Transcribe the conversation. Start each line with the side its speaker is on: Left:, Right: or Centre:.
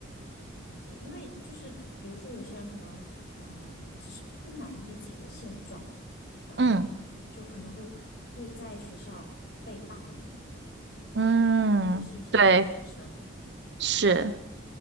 Left: 呃因为就是比如说有些人可能呃只是不满意自己的现状，然后呢就可能会会在学校被霸凌，
Right: 嗯嗯，
Left: 特别是一些大学生。
Right: 对，是。